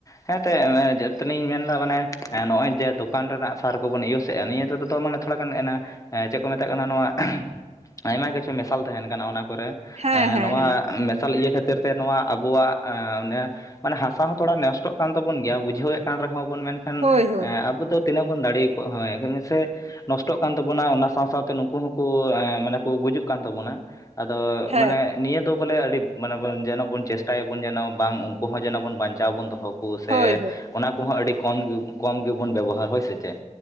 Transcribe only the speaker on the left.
ᱦᱮᱸ <unintelligible> ᱚᱱᱮ ᱚᱱᱟ <unintelligible> ᱢᱮᱱ ᱫᱟ ᱢᱟᱱᱮ ᱮᱸ ᱱᱚᱜᱼᱚᱭ ᱡᱮ ᱫᱚᱠᱟᱱ ᱨᱮᱱᱟᱜ ᱥᱟᱨ ᱠᱚᱵᱚᱱ ᱤᱭᱩᱥ ᱮᱜᱼᱟ ᱱᱤᱭᱟᱹ <unintelligible> ᱢᱟᱱᱮ ᱛᱷᱚᱲᱟ ᱜᱟᱱ ᱮᱱᱟ ᱮᱸ ᱪᱮᱜ ᱠᱚ ᱢᱮᱛᱟᱜ ᱠᱟᱱᱟ ᱱᱚᱣᱟᱮᱴ ᱮᱦᱩᱸ ᱟᱭᱢᱟ ᱠᱤᱪᱷᱩ ᱢᱮᱥᱟᱞ ᱛᱟᱦᱮᱱ ᱠᱟᱱᱟ ᱚᱱᱟ ᱠᱚ ᱨᱮ᱾
ᱮᱸ
ᱱᱚᱣᱟ
ᱢᱮᱥᱟᱞ ᱤᱭᱟᱹ ᱠᱷᱟᱹᱛᱤᱨ ᱛᱮ ᱱᱚᱣᱟ ᱟᱵᱚᱣᱟᱜ ᱮᱸ ᱚᱱᱮ ᱢᱟᱱᱮ ᱦᱟᱥᱟ ᱦᱚᱸ ᱛᱷᱚᱲᱟ ᱱᱮᱥᱴᱚᱜ ᱠᱟᱱ ᱛᱟᱵᱚᱱ ᱜᱮᱭᱟ, ᱵᱩᱡᱷᱟᱹᱣᱮᱜ ᱠᱟᱱ ᱨᱮᱦᱚᱸ ᱵᱚᱱ ᱢᱮᱱᱠᱷᱟᱱ
ᱮᱸ ᱟᱵᱚ ᱫᱚ ᱛᱤᱱᱟᱹᱜ ᱵᱚᱱ ᱫᱟᱲᱮ <unintelligible> ᱥᱮ, ᱱᱚᱥᱴᱚᱜ ᱠᱟᱱ ᱛᱟᱵᱳᱱᱟ ᱚᱱᱟ ᱥᱟᱶ ᱥᱟᱶᱛᱮ ᱱᱩᱠᱩ ᱦᱚᱸᱠᱚ ᱮᱸ ᱢᱟᱱᱮ ᱠᱚ ᱜᱩᱡᱩᱜ ᱠᱟᱱ ᱛᱟᱵᱚᱱᱟ, ᱟᱫᱚ
ᱢᱟᱱᱮ ᱱᱤᱭᱟᱹ ᱫᱚ ᱵᱚᱞᱮ ᱟᱹᱰᱤ ᱢᱟᱱᱮ ᱵᱚᱱ ᱡᱮᱱᱚ ᱵᱚᱱ ᱪᱮᱥᱴᱟᱭ ᱟᱵᱚᱱ ᱡᱮᱱᱚ ᱵᱟᱝ ᱠᱚᱦᱚᱸ ᱡᱮᱱᱚ ᱵᱚᱱ ᱵᱟᱧᱪᱟᱣ ᱵᱚᱱ ᱫᱚᱦᱚ ᱠᱚ ᱥᱮ
ᱚᱱᱟ ᱠᱚᱦᱚᱸ ᱟᱹᱰᱤ ᱠᱚᱢ ᱜᱮ ᱠᱚᱢ ᱜᱮᱵᱚᱱ ᱵᱮᱵᱚᱦᱟᱨ ᱦᱳᱭ ᱥᱮ ᱪᱮᱫ?